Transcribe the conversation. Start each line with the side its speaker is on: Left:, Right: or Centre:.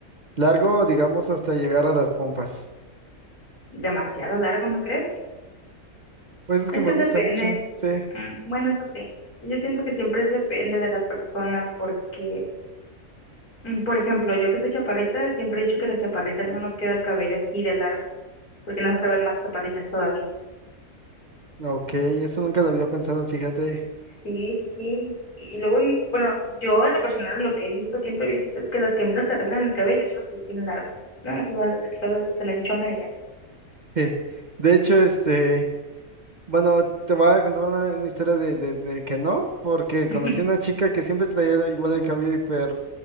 Right: Largo, digamos, hasta llegar a las pompas.
Left: demasiado largo, ¿no crees?
Right: Pues es
Left: Es
Right: que me
Left: que
Right: gusta
Left: depende.
Right: mucho, sí.
Left: mm, Bueno, eso sí. Yo siento que siempre es depende de la persona porque, mm, por ejemplo, yo que estoy chaparrita, siempre he dicho que las chaparritas no nos queda el cabello así de largo. porque nos hace ver más chaparritas todavía.
Right: Ok, eso nunca lo había pensado, fíjate.
Left: Sí, sí, sí. Y y luego, bueno, yo en lo personal lo que he visto, siempre he visto que las que menos se arreglan el cabello son las que lo tienen largo. No, solo solo se lo- se lo enchongan y ya.
Right: Sí. De hecho, este, bueno, te voy a contar una, una historia de, de, de que no, porque
Left: <laughs>
Right: conocí una chica que siempre traía igual el cabello hiper